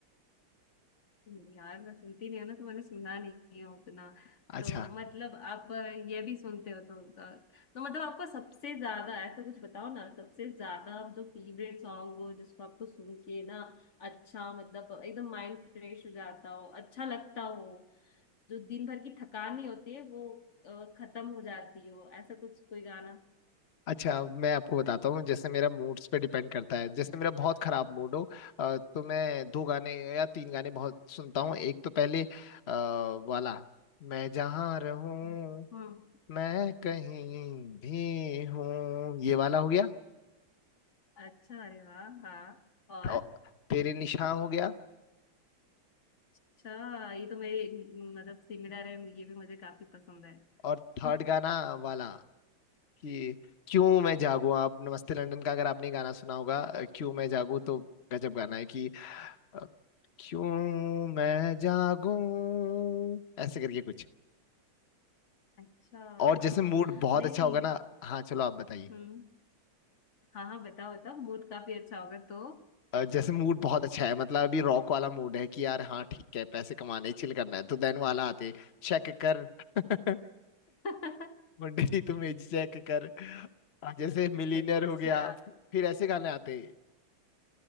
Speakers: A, on the left; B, on the left.
A: नहीं यार मैं सुनती नहीं हूँ ना तो मैंने सुना नहीं है उतना
B: अच्छा
A: तो मतलब आप अ, ये भी सुनते हो तो अ, तो मतलब आपको सबसे ज्यादा ऐसा कुछ बताओ ना सबसे ज्यादा आप जो फेवरेट सॉन्ग हो जिसको आपको सुन के ना अच्छा मतलब एकदम माइंड फ्रेश हो जाता हो अच्छा लगता हो जो दिन भर की थकान नहीं होती है वो अ, खत्म हो जाती हो ऐसा कुछ कोई गाना
B: अच्छा मैं आपको बताता हूँ जैसे मेरा मूड्स पे डिपेंड करता है जैसे मेरा बहुत खराब मूड हो अ, तो मैं दो गाने या तीन गाने बहुत सुनता हूँ एक तो पहले आ, वाला मैं जहाँ रहूँ
A: <laughs> हम्म
B: मैं कहीं भी हूँ ये वाला हो गया
A: अच्छा अरे वाह हाँ और
B: और तेरे निशान हो गया
A: अच्छा ये तो मेरी मतलब सिमिलर है ये भी मुझे काफी पसंद है
B: और थर्ड
A: <laughs>
B: गाना वाला कि क्यों मैं जागूं आप नमस्ते लंदन का अगर आपने गाना सुना होगा अ, क्यों मैं जागूं तो गजब गाना है कि अ, क्यों मैं जागूं ऐसे करके कुछ
A: अच्छा
B: और जैसे
A: हाँ
B: मूड बहुत
A: नहीं
B: अच्छा
A: नहीं
B: होगा ना हाँ चलो आप बताइए
A: हम्म हाँ हाँ बताओ बताओ मूड काफी अच्छा होगा तो
B: अ, जैसे मूड बहुत अच्छा है मतलब अभी रॉक वाला मूड है कि यार हाँ ठीक है पैसे कमाने चिल करना है तो देन वाला आते चेक कर <laughs>
A: <laughs>
B: मुंडे जी तुम एज चेक कर अ, जैसे मिलीनियर
A: अच्छा
B: हो गया फिर ऐसे गाने आते